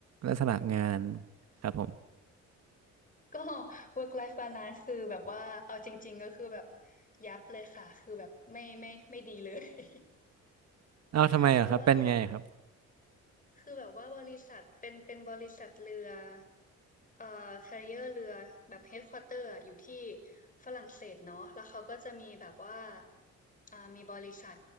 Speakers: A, on the right (about 55°); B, on the left (about 25°).
A: ลักษณะงานครับผม
B: ก็ work life balance คือแบบว่าเอาจริงๆก็คือแบบยับเลยค่ะคือแบบไม่ไม่ไม่ดีเลย
A: เอ้าทำไมเหรอครับเป็นไงครับ
B: ใช่เพราะว่า คือแบบว่าบริษัทเป็นเป็นบริษัทเรือเอ่อ carrier เรือแบบ headquarter อะอยู่ที่ฝรั่งเศสเนาะแล้วเขาก็จะมีแบบว่าอ่ามีบริษัท